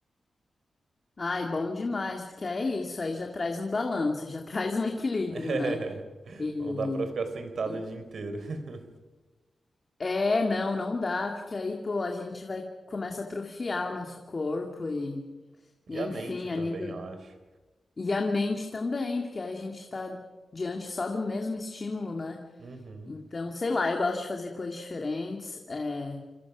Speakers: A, on the left; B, on the right.
A: Ai, bom demais, porque é isso, aí já traz um balanço, já <laughs> traz um equilíbrio,
B: <laughs>
A: né? E,
B: Não dá pra ficar sentado
A: e
B: o dia inteiro. <laughs>
A: É, não, não dá, porque aí, pô, a gente vai começa a atrofiar o nosso corpo e,
B: e
A: e
B: a
A: enfim,
B: mente também,
A: a nível
B: eu acho.
A: e a mente também, porque aí a gente está diante só do mesmo estímulo, né?
B: Uhum.
A: Então, sei lá, eu gosto de fazer coisas diferentes. é,